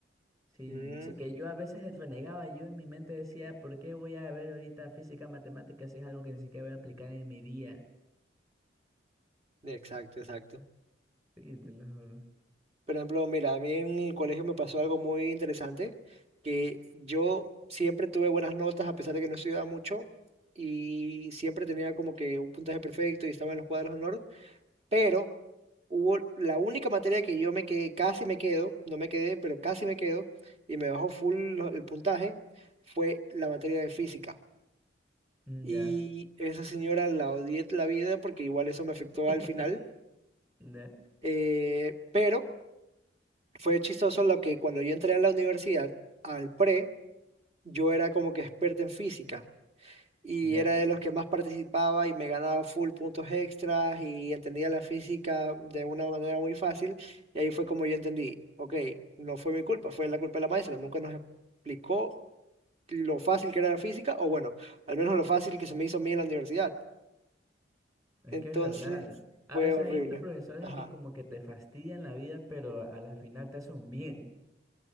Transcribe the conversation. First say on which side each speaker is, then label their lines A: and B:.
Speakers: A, on the right (about 15°); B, on the right (about 35°).
A: Sí,
B: Mm,
A: sí que yo a veces renegaba, yo en mi mente decía, ¿por qué voy a ver ahorita física, matemáticas si es algo que ni siquiera voy a aplicar en mi día?
B: exacto, exacto.
A: Sí, te lo juro.
B: Por ejemplo, mira, a mí en el colegio me pasó algo muy interesante, que yo siempre tuve buenas notas a pesar de que no estudiaba mucho y siempre tenía como que un puntaje perfecto y estaba en los cuadros de honor, pero hubo la única materia que yo me quedé, casi me quedo, no me quedé, pero casi me quedo y me bajó full lo- el puntaje, fue la materia de física.
A: Mm,
B: Y
A: Ya,
B: esa señora la odié la vida porque igual eso me afectó
A: <laughs>
B: al final,
A: ya,
B: eh, pero... fue chistoso lo que cuando yo entré a la universidad, al pre, yo era como que experto en física y
A: ya,
B: era de los que más participaba y me ganaba full puntos extras y entendía la física de una manera muy fácil. Y ahí fue como yo entendí, ok, no fue mi culpa, fue la culpa de la maestra, nunca nos explicó lo fácil que era la física o bueno, al menos lo fácil que se me hizo a mí en la universidad.
A: es
B: Entonces
A: que es verdad. A
B: fue
A: veces
B: horrible.
A: hay estos profesores
B: Ajá.
A: que como que te fastidian la vida, pero a la final te hacen un bien.